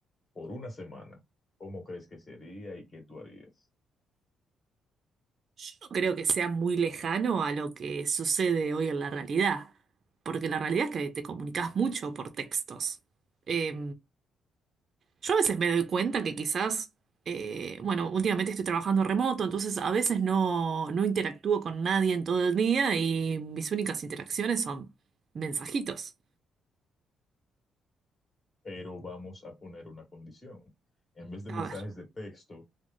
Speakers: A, on the left (about 30°); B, on the right (about 50°).
A: por una semana, ¿cómo crees que sería y qué tú harías?
B: Yo no creo que sea muy lejano a lo que sucede hoy en la realidad, porque la realidad es que te comunicas mucho por textos. Eh, yo a veces me doy cuenta que quizás, eh, bueno, últimamente estoy trabajando remoto, entonces a veces no, no interactúo con nadie en todo el día y mis únicas interacciones son mensajitos.
A: Pero vamos a poner una condición. En vez de
B: A
A: mensajes
B: ver,
A: de texto,